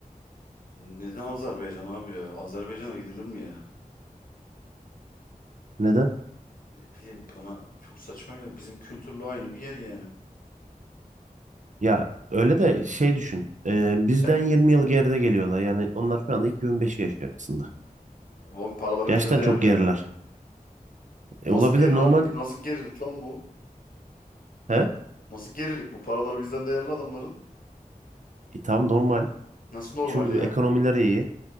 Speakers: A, on the left; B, on the right.
A: Neden Azerbaycan abi ya? Azerbaycan'a gidilir mi ya?
B: Neden?
A: Ne bileyim bana çok saçma geldi. Bizim kültürle aynı bir yer yani.
B: Ya öyle de şey düşün. e, bizden
A: Sen
B: 20 yıl geride geliyorlar. Yani onlar şu anda 2005 yaşıyor aslında.
A: oğlum paraları
B: Gerçekten
A: bizden değerli.
B: çok geriler. E,
A: Nasıl
B: olabilir
A: geri
B: normal.
A: lan? Nasıl gerilik lan bu?
B: He?
A: Nasıl gerilik bu? Paraları bizden değerli adamların.
B: E, tam normal.
A: Nasıl normal
B: Çünkü
A: ya?
B: ekonomileri iyi.